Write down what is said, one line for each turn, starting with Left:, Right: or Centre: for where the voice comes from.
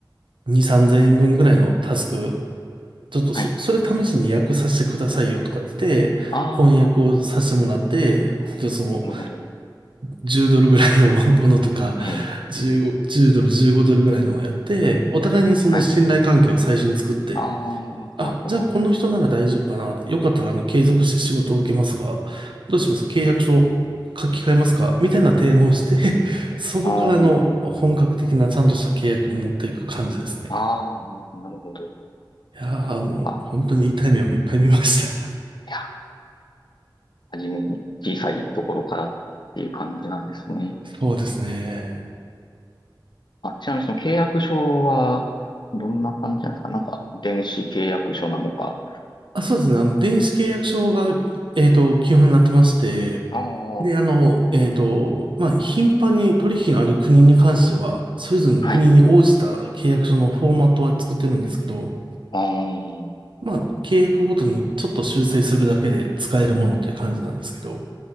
Right: 2、3000円分ぐらいのタスク、ちょっとそ、
Left: はい。
Right: それ試しに訳させてくださいよとかって言って、
Left: あ
Right: 翻訳をさせてもらって、本当にその、
Left: ー、なるほど。
Right: 10ドルぐらいの <laughs> ものとか、
Left: えー、
Right: 15、10ドル、15ドルぐらいのをやって、お互いにその信頼関係を最初に作って、
Left: はい。あー、
Right: あ、
Left: なるほど。
Right: じゃあこの人なら大丈夫かな。よかったらあの継続して仕事を受けますが、どうします契約書書き換えますかみたいな提案をして、<laughs> そこからの本格的なちゃんとした契約に持っていく感じですね。
Left: あー、あー、なるほど。
Right: いやーもう本当に痛い目をいっぱい見ました。
Left: あ、いや、はじめに小さいところからっていう感じなんですね。
Right: <laughs> そうですね。
Left: あ、ちなみにその契約書は、どんな感じなんですかなんか、電子契約書なのか。
Right: あ、そうですね。あの、電子契約書が、えっと、基本になってまして、
Left: ああ、
Right: で、あの、えっと、まあ、頻繁に取引のある国に関しては、それぞれの国に応じた契約書のフォーマットは作ってるんですけど、
Left: はい。あー、
Right: まあ、契約ごとにちょっと修正するだけで使えるものっていう感じなんですけど、